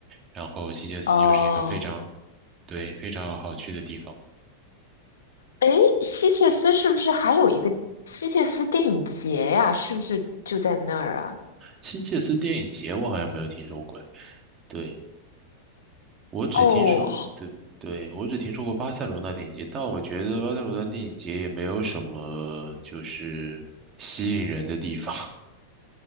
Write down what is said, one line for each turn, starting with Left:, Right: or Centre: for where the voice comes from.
Right: 然后希切斯就是一个非常，
Left: 哦，
Right: 对，非常好去的地方。
Left: 哎，希切斯是不是还有一个希切斯电影节呀？是不是就在那儿啊？
Right: 希切斯电影节我好像没有听说过，对。我只听说，
Left: 哦，
Right: 对对，我只听说过巴塞罗那电影节，但我觉得巴塞罗那电影节也没有什么就是吸引人的地方。